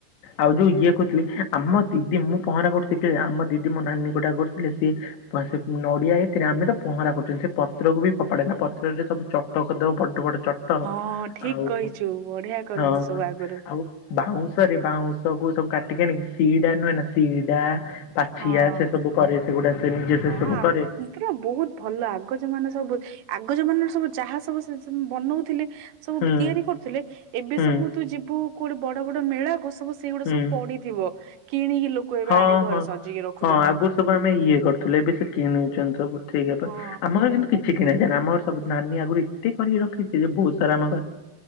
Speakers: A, on the left; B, on the right.
A: ଆଉ ଯୁ ଇଏ କରୁଥିଲି ଆମ ଦିଦି ମୁଁ ପହଁରା କରୁଚି କି ଆମ ଦିଦି ମୋ ନାନୀ ଗୋଟା କରୁଥିଲେ ସିଏ ସେ ନଡିଆ ଏଥିରେ ଆମେ ତ ପହଁରା କରୁଚ ସେ ପତ୍ରକୁ ବି ଫୋପାଡେ ନା ପତ୍ରରେ ସବୁ ଚଟ କରିଦବ ବଡ ବଡ ଚଟ
B: ହଁ ଠିକ
A: ଆଉ
B: କହିଛୁ ବଢିଆ କରନ୍ତି
A: ହଁ
B: ସବୁ ଆଗରୁ
A: ଆଉ ବାଉଁଶରେ ବାଉଁଶ କୁ ସବୁ କାଟିକି ଆଣିକି ଶିଡା ନୁହେଁ ନା ଶିଡା ପାଛିଆ
B: ହଁ।
A: ସେ ସବୁ କରେ ସେଗୁଡା ସେ ନିଜେ
B: ହଁ
A: ସେ ସବୁ
B: ଆ
A: କରେ।
B: ପୁରା ବହୁତ ଭଲ ଆଗ ଜମାନ ସବୁ ଆଗ ଜମାନରେ ସବୁ ଯାହା ସବୁ ବନଉଥିଲେ। ସବୁ
A: ହୁଁ
B: ତିଆରି କରୁଥିଲେ ଏବେ
A: ହୁଁ
B: ସବୁ ତୁ ଯିବୁ କୋଉଠି ବଡ ବଡ ମେଳାକୁ ସବୁ ସେଇଗୁଟା
A: ହୁଁ
B: ସବୁ ପଡିଥିବ କିଣିକି ଲୋକ ଏବେ
A: ହଁ
B: ଆଣିକି ଘରେ
A: ହଁ
B: ସଜେଇକି ରଖୁଛନ୍ତି।
A: ହଁ ଆଗରୁ ସବୁ ଆମେ ଇଏ କରୁଥିଲେ ଏବେ ସେ କିଣୁଛନ୍ତି ସବୁ ଠିକ
B: ହଁ
A: ଆମର କିନ୍ତୁ କିଛି କିନେଇ ଦିଏନା ଆମର ସବୁ ନାନୀ ଆଗରୁ ଏତେ କରିକି ରଖିଛି ଯେ ବହୁତ ସାରା ଆମ ଘର